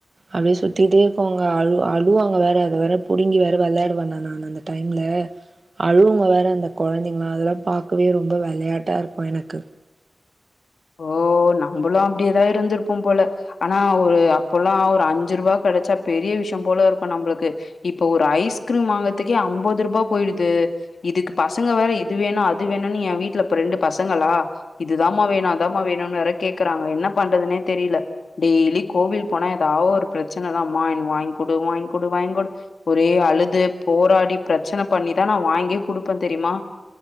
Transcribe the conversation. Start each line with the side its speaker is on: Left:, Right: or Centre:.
Right: அப்டியே சுத்திட்டே இருப்பாங்க அழு அழுவாங்க வேற அத வேற பிடுங்கி வேற விளையாடுவ நான்னு அந்த அந்த டைம்ல அழுவங்க வேற அந்த குழந்தைங்களா அதெல்லா பாக்கவே ரொம்ப விளையாட்டா இருக்கும் எனக்கு
Left: ஓ நம்மளு அப்டியேதா இருந்திருப்போ போல ஆனா ஒரு அப்பல்லா ஒரு அஞ்சு ரூபா கிடச்சா கூட பெரிய விஷய போல இருக்கும் நம்மளுக்கு இப்ப ஒரு ஐஸ்கிரீம் வாங்கறதுக்கே ஐம்பது ரூபாய் போயிடுுது இதுக்கு பசங்க வேற இது வேணும் அது வேணும்ன்னனு எய வீட்டுல இப்ப ரெண்டு பசங்களா இதுதாம வேணு அது மா வேணும்னு வேற கேக்குறாங்க என்ன பண்றதுனே தெரில டெய்லி கோவில் போனா ஏதா ஒரு பிரச்சனதா அம்மா எனக்கு வாங்க் கொடு வாங்கொடு வாங்கொடு ஒரே அழுது போராடி பிரச்சன பண்ணிதா நா வாங்கியே குடுப்ப தெரியுமா